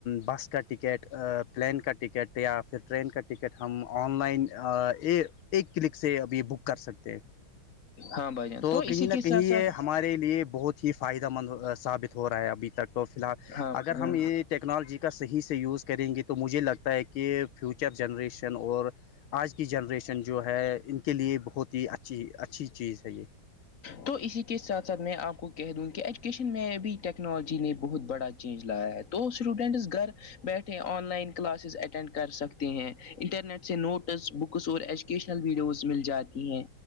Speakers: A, on the left; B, on the left.
A: بس کا ٹکٹ پلین کا ٹکٹ یا پھر ٹرین کا ٹکٹ ہم آن لائن ایک کلک سے ابھی بک کر سکتے ہیں
B: ہاں بھائی جان
A: تو کہیں
B: اسی
A: نہ
B: کے
A: کہیں
B: ساتھ
A: یہ
B: ساتھ
A: ہمارے لیے بہت ہی فائدہ مند ثابت ہو رہا ہے ابھی تک تو فی الحال
B: ہاں بھائی
A: اگر
B: جان
A: ہم یہ ٹیکنالوجی کا صحیح سے یوز کریں گے تو مجھے لگتا ہے کہ کہ فیوچر جنریشن اور آج کی جنریشن جو ہے ان کے لیے بہت ہی اچھی اچھی چیز ہے یہ
B: تو اسی کے ساتھ ساتھ میں آپ کو کہہ دوں کہ ایجوکیشن میں ابھی ٹیکنالوجی نے بہت بڑا چینج لایا ہے تو اسٹوڈینٹس گھر بیٹھے آن لائن کلاسز اٹینڈ کر سکتے ہیں انٹرنیٹ سے نوٹس بکس اور ایچ ویڈیوز مل جاتی ہیں